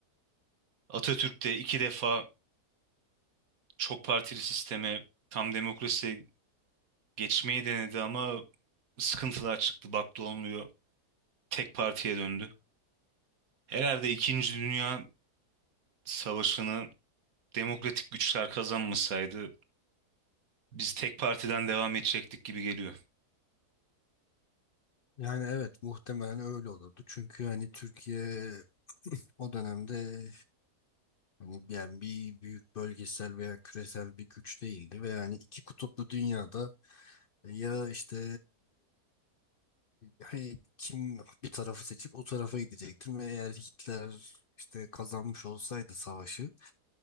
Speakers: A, on the right; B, on the left.
A: Atatürk de iki defa çok partili sisteme, tam demokrasiye geçmeyi denedi ama sıkıntılar çıktı. Baktı olmuyor. Tek partiye döndü. Herhalde İkinci Dünya Savaşı'nı demokratik güçler kazanmasaydı biz tek partiden devam edecektik gibi geliyor.
B: Yani evet muhtemelen öyle olurdu. Çünkü hani Türkiye o dönemde hani yani bir büyük bölgesel veya küresel bir güç değildi ve yani iki kutuplu dünyada ya işte Hani kim bir tarafı seçip o tarafa gidecektim ve eğer Hitler işte kazanmış olsaydı savaşı